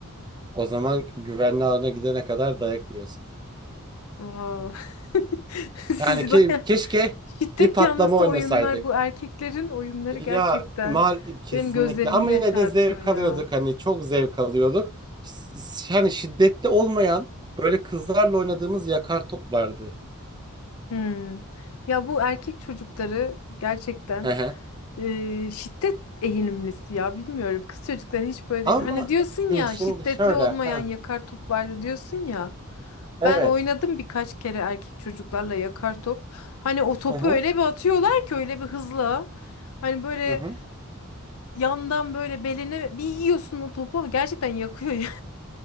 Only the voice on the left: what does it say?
Wow. <laughs>
Siz
baya
şiddet
yanlısı
oyunlar bu erkeklerin oyunları
gerçekten
benim gözlerimi
yaşartıyor
ya.
Hmm. Ya bu erkek çocukları gerçekten
e, şiddet eğilimlisi ya bilmiyorum. Kız çocukları hiç böyle
değil. Hani diyorsun
ya
şiddetli
olmayan
yakar top vardı diyorsun ya.
Ben oynadım birkaç kere erkek çocuklarla yakar top. Hani o topu
öyle bir atıyorlar ki öyle bir hızla. Hani böyle
yandan böyle beline bir yiyorsun o topu gerçekten yakıyor ya.